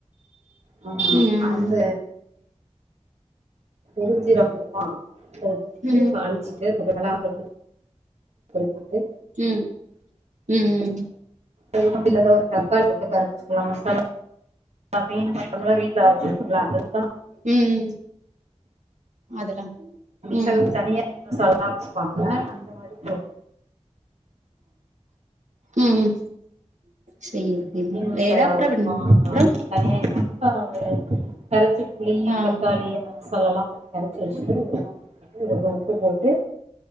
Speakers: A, on the right; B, on the right.
A: ஆ
B: ம்
A: அந்த பெருஞ்சீர கொஞ்சோந்தா போ ட்டு
B: ம்
A: தாளுச்சுட்டு கொஞ்சு நல்லா கொதி கொதிக்க விட்டு
B: ம் ம் ம் ம்
A: எதுக்கு கிண்டல்ல ஒரு தக்காளி போட்டு கரச்சுக்குலா மசாலா நா மீன் மசாலா வீட்ல அரச்சு வச்சுக்குடுவ அத
B: ம் ம் அதெல்லா ம்
A: செல பேர் தனியா மீன் மசால்லா வச்சுப்பாங்க அந்த மாரி போ
B: ம் சேரி
A: மீன் மசாலா
B: வேற அப்றோ வென்
A: ஆ
B: அப்றோ
A: தனியா இல்லாம ஒரு கரச்சப்புளி
B: ஆ
A: தக்காளி அந்த மாரி மசாலாலா போட்டு கரச்சு வஸ்ட்டு இதெல்லா ஊத்திட்டு கொஞ்சோ உப்பு போட்டு